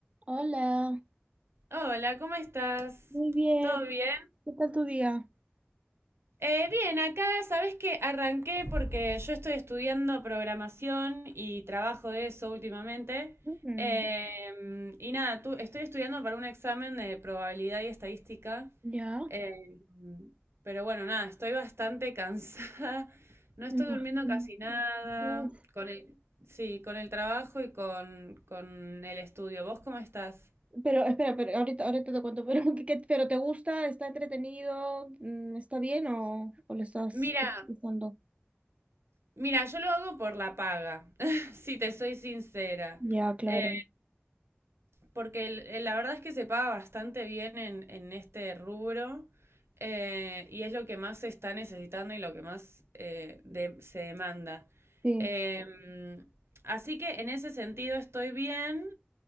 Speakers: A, on the right; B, on the right.
A: Hola,
B: Hola, ¿cómo estás?
A: Muy bien.
B: ¿Todo bien?
A: ¿Qué tal tu día?
B: Eh, bien, acá sabes que arranqué porque yo estoy estudiando programación y trabajo de eso últimamente.
A: Mm,
B: Eh, y nada, tú, estoy estudiando para un examen de probabilidad y estadística.
A: ya.
B: Eh, pero bueno, nada, estoy bastante cansada. <laughs> No estoy
A: Me imagino.
B: durmiendo casi nada.
A: Uf.
B: Con el, sí, con el trabajo y con, con el estudio. ¿Vos cómo estás?
A: Pero espera, pero ahorita, ahorita te cuento, pero, <laughs> ¿qué- qué- pero ¿te gusta? ¿Está entretenido? Mm, ¿Está bien o, o le estás
B: Mira,
A: usando?
B: Mira, yo lo hago por la paga, <laughs> si te soy sincera.
A: Ya, claro.
B: Eh, porque el- el- la verdad es que se paga bastante bien en, en este rubro eh, y es lo que más se está necesitando y lo que más eh, de- se demanda.
A: Sí.
B: Em, así que en ese sentido estoy bien,